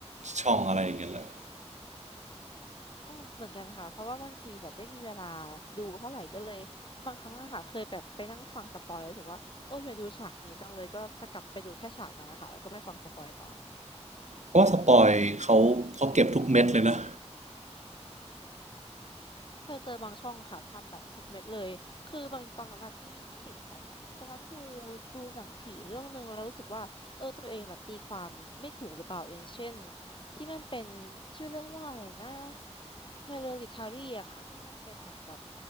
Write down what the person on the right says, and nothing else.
ช่องอะไรอย่างเงี้ยแหละ
เพราะว่าสปอยเขาเขาเก็บทุกเม็ดเลยนะ